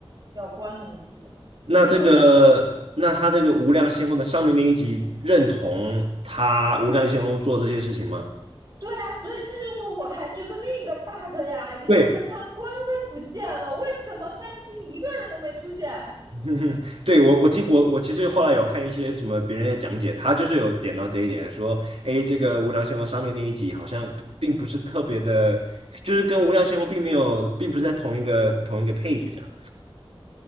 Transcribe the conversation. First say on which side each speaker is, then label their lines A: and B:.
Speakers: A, on the right; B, on the right.
A: 要关龙族这个
B: 那这个，那他这个无量仙翁的上面那一集认同他无量仙翁做这些事情吗？
A: 对啊，所以这就是我还觉得另一个 bug 呀，一个陈塘关都不见了，
B: 对，
A: 为什么三清一个人都没出现？
B: <laughs> 嗯对，我我听我我其实后来有看一些什么别人的讲解，他就是有点到这一点，说，哎，这个无量星空上面那一集好像并不是特别的，就是跟无量星空并没有，并不是在同一个同一个 page 这样。